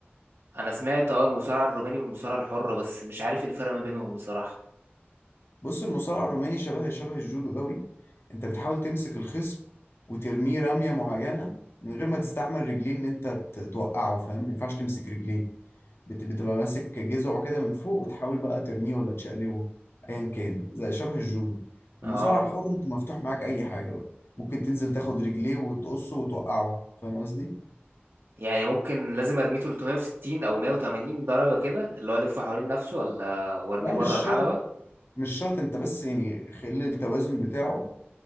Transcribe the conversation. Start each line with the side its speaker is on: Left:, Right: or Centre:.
Right: انا سمعت اه المصارعة الروماني والمصارعة الحرة بس مش عارف ايه الفرق ما بينهم بصراحة
Left: بص المصارعة الروماني شبه شبه الجودو قوي أنت بتحاول تمسك الخصم وترميه رمية معينة من غير ما تستعمل رجلين إن أنت ت- توقعه فاهم؟ ما ينفعش تمسك رجليه بت- بتبقى ماسك جذعه كده من فوق وتحاول بقى ترميه ولا تشقلبه ايا كان زي شبه الجودو
Right: اه
Left: المصارعه الحر انت مفتوح معاك اي حاجه بقى ممكن تنزل تاخد رجليه وتقصه وتوقعه فاهم قصدي
Right: يعني ممكن لازم ارميه 360 او 180 درجة كده اللي هو الف حوالين نفسه ولا وارميه
Left: لا
Right: بره
Left: مش
Right: الحلبة
Left: شرط مش شرط انت بس يعني خلي التوازن بتاعه